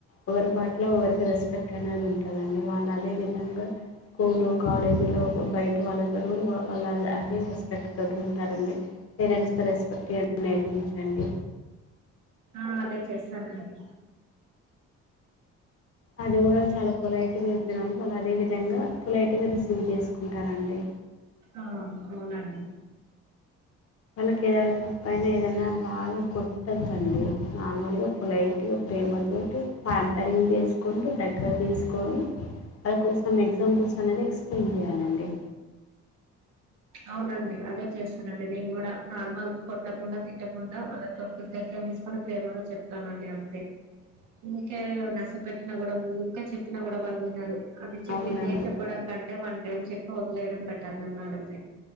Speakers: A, on the left (about 50°); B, on the right (about 80°).
A: ఒకరి పట్ల ఒకరికి రెస్పెక్ట్ అనేది ఉంటుందండి వాళ్ళు అదే విధంగా స్కూల్లో కాలేజీలో బయట వాళ్ళతో కూడా వాళ్ళ అదే రెస్పెక్ట్ తోటి ఉంటారండి పేరెంట్స్గ రెస్పెక్ట్ నేర్పంచండి
B: ఆ అదే చేస్తానండి
A: అది కూడా చాలా పొలైట్గా చెప్పిన వాళు వాళ్ళు అదే విధంగా పొలైట్గా రిసీవ్ చేసుకుంటారండి
B: ఆ అవునండి
A: వాళ్ళకి ఏదైనా తప్పైనా ఏదనా బాగా కొట్టద్దండి నార్మల్గా పొలైట్గా ప్రేమతోోటి పంపరింగ్ చేసుకుంటూ దగ్గర తీసుకొని వాళ్ళ కోసం ఎగ్జాంపుల్స్ అనేది ఎక్స్ప్లెయిన్ చేయాలండి
B: అవునండి అదే చేస్తానండి నేను కూడా నార్మల్గా కొట్టకుండా తిట్టకుండా వాళ్ళ తొక్కు దగ్గరలు తీసుకొని ప్రేమగా చెప్తానండి అంతే ఇంకే నస పెట్టినా కూడా ఉంటే చెప్పినా కూడా వాళ్ళు విన్నారు అది చెప్పిందిే
A: అవునన్నా
B: చెప్పడానికంటే వంట ట చెప్ప మొదిలలేయడం బెట్టర్ నన్ను అడుగుతే